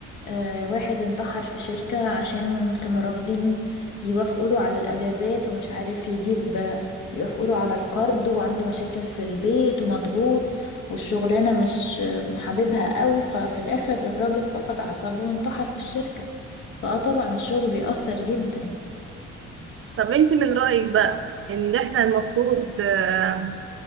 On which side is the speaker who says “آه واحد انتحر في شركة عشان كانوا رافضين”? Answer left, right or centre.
Left